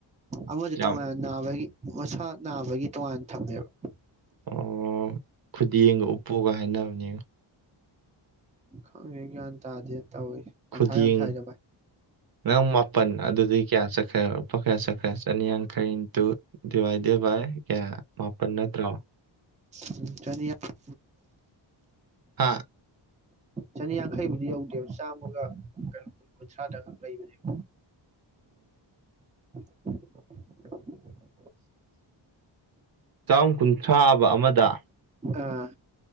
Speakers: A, on the right; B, on the right.
A: ꯑꯃꯁꯨ
B: ꯌꯥꯝ
A: ꯇꯣꯉꯥꯟꯅ ꯅꯥꯕꯒꯤ ꯃꯁꯥ ꯅꯥꯕꯒꯤ ꯇꯣꯉꯥꯟꯅ ꯊꯝꯃꯦꯕ <inaudible>
B: ꯑꯣ ꯈꯨꯗꯦꯡꯒ ꯎꯞꯄꯣꯒ ꯍꯥꯏꯅꯕꯅꯦꯕꯣ
A: ꯈꯪꯗ꯭ꯔꯦ ꯒ꯭ꯌꯥꯟ ꯇꯥꯗꯦ ꯇꯧꯋꯤ ꯃꯊꯥ
B: ꯈꯨꯗꯦꯡ
A: ꯌꯥꯝ ꯁꯥꯏꯗ ꯚꯥꯏ
B: ꯅꯪ ꯃꯥꯄꯟ ꯑꯗꯨꯗꯤ ꯀꯌꯥ ꯆꯠꯈ꯭ꯔꯦ ꯂꯨꯄꯥ ꯀꯌꯥ ꯆꯠꯈ꯭ꯔꯦ ꯆꯅꯤꯌꯥꯡꯈꯩꯏꯤꯟꯇꯨ ꯗꯤꯚꯥꯏꯗꯦꯠꯚꯥꯏ ꯀꯌꯥ ꯃꯥꯄꯜ ꯅꯠꯇ꯭ꯔꯣ
A: ꯎꯝ ꯆꯅꯤꯌꯥꯡꯈꯩ
B: ꯍꯥ
A: ꯆꯅꯤꯌꯥꯡꯈꯩꯕꯨꯗꯤ ꯌꯧꯗꯦꯕ ꯆꯥꯝꯃꯒ ꯀꯩꯅꯣ ꯀꯨꯟ ꯀꯨꯟꯊ꯭ꯔꯥꯗꯈꯛ ꯂꯩꯕꯅꯦꯕ <inaudible>
B: ꯆꯥꯝ ꯀꯨꯟꯊ꯭ꯔꯥꯑꯕ ꯑꯃꯗ
A: ꯑꯥ